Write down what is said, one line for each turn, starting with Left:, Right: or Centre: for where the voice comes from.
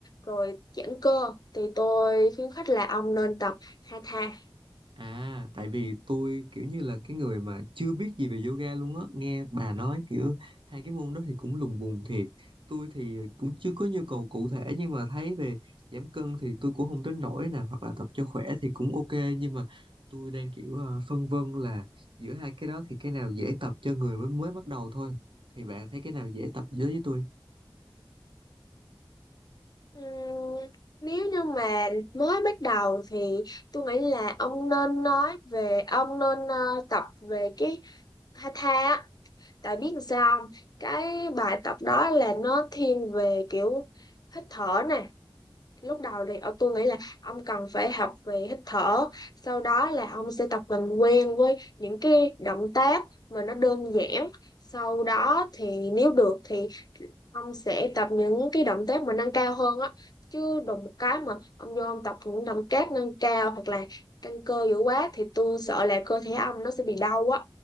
Left: rồi giãn cơ thì tôi khuyến khích là ông nên tập Hatha
Right: À, tại vì tôi kiểu như là cái người mà chưa biết gì về yoga luôn á, nghe bà nói kiểu hai cái môn đó thì cũng lùng bùng thiệt. Tôi thì cũng chưa có nhu cầu cụ thể nhưng mà thấy về giảm cân thì tôi cũng không đến nỗi nè, hoặc là tập cho khỏe thì cũng ok nhưng mà tôi đang kiểu ờ, phân vân là giữa hai cái đó thì cái nào dễ tập cho người mới mới bắt đầu thôi. Thì bạn thấy cái nào dễ tập với với tôi?
Left: Ừm, nếu như mà mới bắt đầu thì tôi nghĩ là ông nên nói về ông nên ờ, tập về cái Tha Tha á, tại biết sao không? Cái bài tập đó là nó thiên về kiểu hít thở nè. Lúc đầu thì ở tôi nghĩ là ông cần phải học về hít thở, sau đó là ông sẽ tập làm quen với những cái động tác mà nó đơn giản. Sau đó thì nếu được thì ông sẽ tập những cái động tác mà nâng cao hơn á. Chứ đùng một cái mà ông vô ông tập những động tác nâng cao hoặc là căng cơ dữ quá thì tôi sợ là cơ thể ông nó sẽ bị đau á.